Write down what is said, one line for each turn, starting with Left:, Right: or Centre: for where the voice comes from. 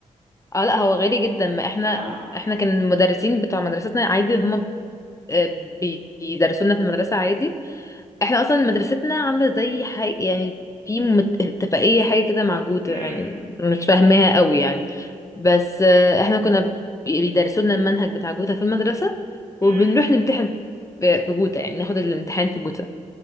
Left: اه لا هو غالي جدا ما احنا
Right: اه
Left: احنا كان المدرسين بتوع مدرستنا عادي هما آه، بيدرسوا لنا في المدرسة عادي احنا اصلا مدرستنا عاملة زي حاجة يعني في مت- اتفاقية حاجة كده مع جوتا
Right: امم
Left: يعني مش فاهماها قوي يعني بس آه، احنا كنا بيدرسوا لنا المنهج بتاع جوتا في المدرسة وبنروح
Right: امم
Left: نمتحن في في جوتا يعني ناخد الامتحان في جوتا